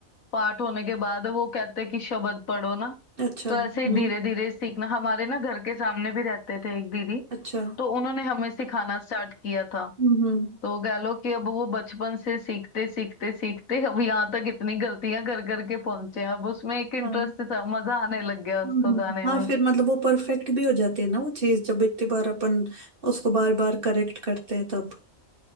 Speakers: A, on the left; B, on the right.
A: पाठ होने के बाद वो कहते कि शब्द पढ़ो ना
B: अच्छा
A: तो
B: हम्म
A: ऐसे ही धीरे धीरे सीखना हमारे ना घर के सामने भी रहते थे एक दीदी
B: अच्छा
A: तो उन्होंने हमें सिखाना स्टार्ट किया था
B: हम्म हम्म
A: तो कह लो कि अब वो बचपन से सीखते सीखते सीखते अब यहाँ तक इतनी गलतियां कर करके पहुंचे हैं। अब उसमें एक इंटरेस्ट
B: हाँ
A: था मजा आने लग गया
B: हम्म
A: उसको
B: हम्म।
A: गाने
B: हाँ
A: में
B: फिर मतलब वो परफेक्ट भी हो जाती है ना वो चीज जब इतनी बार अपन उसको बार बार करेक्ट करते हैं तब